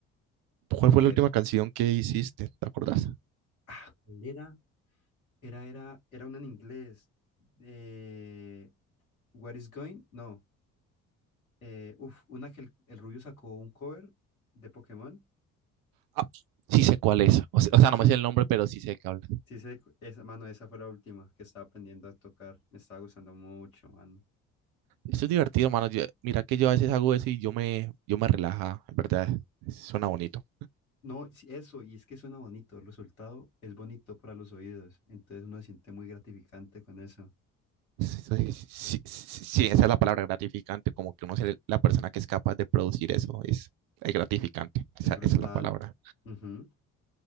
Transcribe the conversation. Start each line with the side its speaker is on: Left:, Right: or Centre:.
Right: ¿Cuál
Left: porque,
Right: fue la última canción que hiciste? ¿Te acordás?
Left: ah, ¿cuál era? Era, era, era una en inglés. Eh, What is going? No. Eh, uf, una que el, el Rubio sacó un cover de Pokémon.
Right: Ah, sí sé cuál es. O se- o sea, no
Left: Sí,
Right: me sé el nombre, pero sí sé que habla.
Left: sí, sé, cu- esa, mano, esa fue la última que estaba aprendiendo a tocar. Me estaba gustando mucho, mano.
Right: Esto es divertido, mano. Yo- mira que yo a veces hago eso y yo me, yo me relaja, en verdad. Suena bonito.
Left: No, sí, eso, y es que suena bonito. El resultado es bonito para los oídos. Entonces uno se siente muy gratificante con eso.
Right: Sí, sí, sí, sí, esa es la palabra gratificante, como que uno es la persona que es capaz de producir eso, es, es gratificante, esa,
Left: Es brutal.
Right: esa es la palabra.
Left: Ujú.